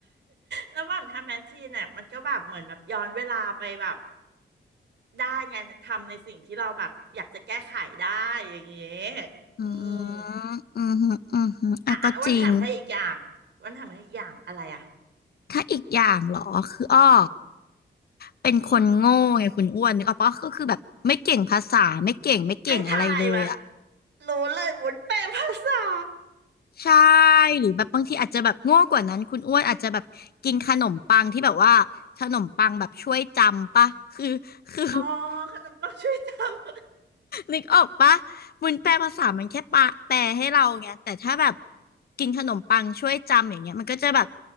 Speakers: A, on the right; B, on the left.
A: แล้วแบบทำแมชชีนเนี่ยมันก็แบบเหมือนแบบย้อนเวลาไปแบบได้ไงทำในสิ่งที่เราแบบอยากจะแก้ไขได้อย่างเงี้ย
B: อื
A: อืม
B: มอืมฮึอืมฮึอ่ะก็จริง
A: อ่ะอ่ะวันถามให้อีกอย่าง้วันถามให้อีกอย่างอะไรอ่ะ
B: ถ้าอีกอย่างเหรอคืออ้อเป็นคนโง่ไงคุณอ้วนนึกออกปะก็คือแบบไม่เก่งภาษาไม่เก่งไม่เก่งอะไรเลยอ่ะ
A: อืมให้ทายมารู้เลยวุ้นแปลภาษา
B: ใช่หรือแบบบางทีอาจจะแบบโง่กว่านั้นคุณอ้วนอาจจะแบบกินขนมปังที่แบบว่าขนมปังแบบช่วยจำปะคือคือ
A: อ๋อขนมปังช่วยจำ
B: นึกออกปะวุ้นแปลภาษามันแค่ปะแปลให้เราไงแต่ถ้าแบบกินขนมปังช่วยจำอย่างเงี้ยมันก็จะแบบ